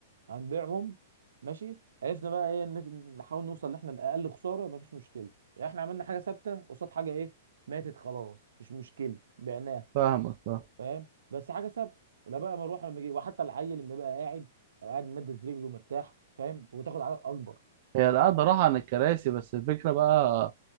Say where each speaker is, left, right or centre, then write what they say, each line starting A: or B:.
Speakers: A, on the right (about 90°); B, on the right (about 50°).
A: هنبيعهم ماشي عرفنا بقى ايه إن- نحاول نوصل ان احنا لاقل خساره مفيش مشكله يعني احنا عملنا حاجه ثابته قصاد حاجه ايه ماتت خلاص مش مشكله بعناها
B: فاهمك فاهم
A: فاهم بس حاجه ثابته لا بقى مروحه لما يجي وحتى العيل لما يبقى قاعد قاعد مدد رجله مرتاح فاهم وتاخد عدد اكبر
B: هي القعدة راحة عن الكراسي بس الفكرة بقى